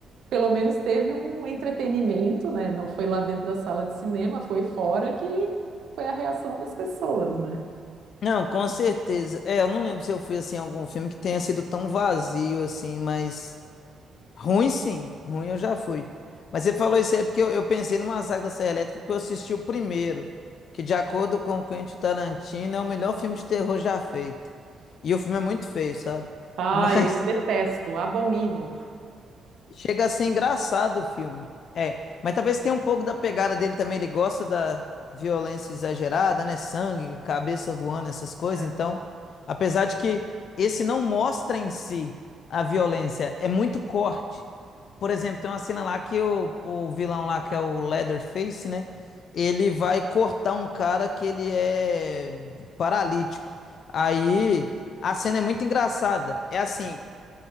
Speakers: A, on the right; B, on the left.
A: pelo menos teve um entretenimento, né? Não foi lá dentro da sala de cinema, foi fora que foi a reação das pessoas, né?
B: não, com certeza. É, eu não lembro se eu fui assim em algum filme que tenha sido tão vazio assim, mas ruim sim, ruim eu já fui. Mas você falou isso aí é porque eu, eu pensei no Massacre da Serra Elétrica porque eu assisti o primeiro, que de acordo com o Quentin Tarantino é o melhor filme de terror já feito. E o filme é muito feio, sabe? <laughs>
A: Ai,
B: Mas
A: eu detesto, abomino.
B: Chega a ser engraçado o filme. É, mas talvez tenha um pouco da pegada dele também. Ele gosta da violência exagerada, né? Sangue, cabeça voando, essas coisas.
A: É.
B: Então, apesar de que esse não mostra em si a violência, é muito corte. Por exemplo, tem uma cena lá que o, o vilão lá, que é o Leatherface, né? Ele vai cortar um cara que ele é paralítico. Aí a cena é muito engraçada. É assim,